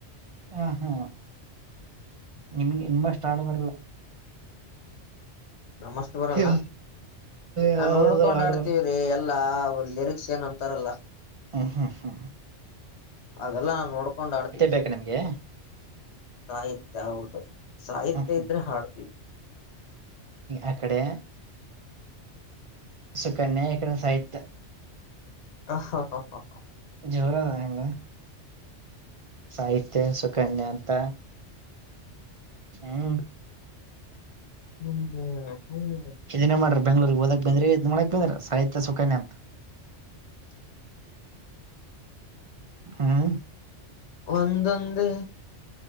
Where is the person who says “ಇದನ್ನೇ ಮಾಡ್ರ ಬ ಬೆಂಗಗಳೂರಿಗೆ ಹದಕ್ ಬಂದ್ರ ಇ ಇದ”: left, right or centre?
Right